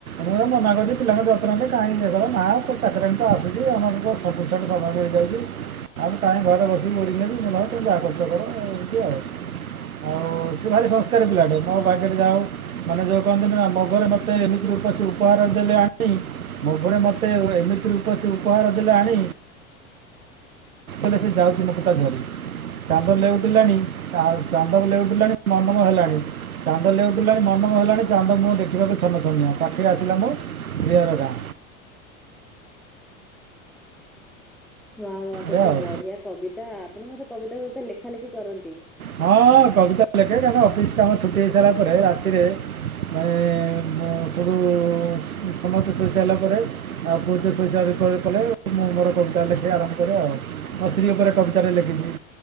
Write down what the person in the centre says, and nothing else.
ଅ
ୱା ୱା କେତେ
ବଢିଆ କବିତା ଆପଣ ବୋଧେ କବିତା ଫବିତା ଲେଖା ଲେଖି କରନ୍ତି।